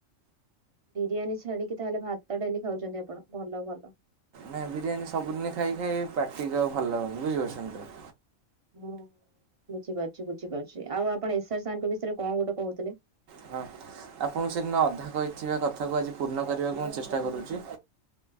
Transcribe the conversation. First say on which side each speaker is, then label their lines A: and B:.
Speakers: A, on the right; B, on the right.
A: ବିରିୟାନୀ ଛାଡିକି, ତାହେଲେ ଭାତ ଡାଲି ଖାଉଛନ୍ତି ଆପଣ! ଭଲ ଭଲ।
B: ନାଇଁ, ବିରିୟାନୀ ସବୁଦିନେ ଖାଇ ଖାଇ ପାଟିକି ଆଉ ଭଲ ଲାଗୁନି। ବୁଝିପାରୁଛନ୍ତି ତ?
A: ହୁଁ, ବୁଝିପାରୁଛି, ବୁଝିପାରୁଛି। ଆଉ, ଆପଣ ଏସ୍ ଆର ସାର୍ ଙ୍କ ବିଷୟରେ କଣ ଗୋଟେ କହୁଥିଲେ?
B: ହଁ। ଆପଣଙ୍କୁ, ସେଦିନ ଅଧା କହିଥିବା କଥାକୁ ଆଜି ପୂର୍ଣ୍ଣ କରିବାକୁ ମୁଁ ଚେଷ୍ଟା କରୁଛି।